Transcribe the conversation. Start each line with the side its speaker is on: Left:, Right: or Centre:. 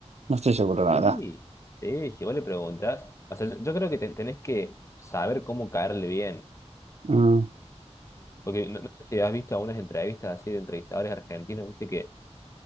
Right: No estoy seguro, la
Left: Sí,
Right: verdad.
Left: sí, si vos le preguntás, o sea, yo creo que te- tenés que saber cómo caerle bien,
Right: Mm,
Left: porque no, no sé si has visto algunas entrevistas así de entrevistadores argentinos, viste que,